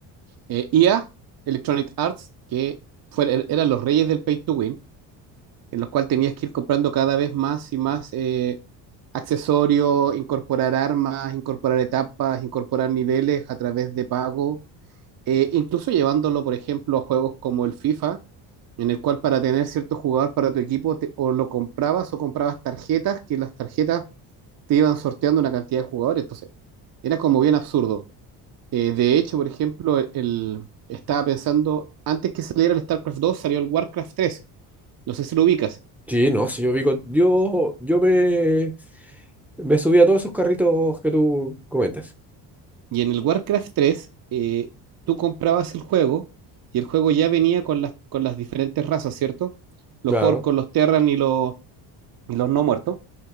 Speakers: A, on the right; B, in the centre.
A: eh, EA, Electronic Arts, que fue- er- eran los reyes del pay to win, en los cuales tenías que ir comprando cada vez más y más eh, accesorios, incorporar armas, incorporar etapas, incorporar niveles a través de pago Eh, incluso llevándolo, por ejemplo, a juegos como el FIFA, en el cual para tener cierto jugador para tu equipo, te- o lo comprabas o comprabas tarjetas, que las tarjetas te iban sorteando una cantidad de jugadores. Entonces, era como bien absurdo. Eh, de hecho, por ejemplo, el, el- estaba pensando, antes que saliera el StarCraft dos salió el WarCraft tres No sé si lo ubicas.
B: Sí, no, si yo vi con- yo, yo me, me subí a todos esos carritos que tú comentas.
A: Y en el WarCraft tres eh, tú comprabas el juego y el juego ya venía con las, con las diferentes razas, ¿cierto? Los
B: Claro.
A: orcos, los terran y los, y los no muertos.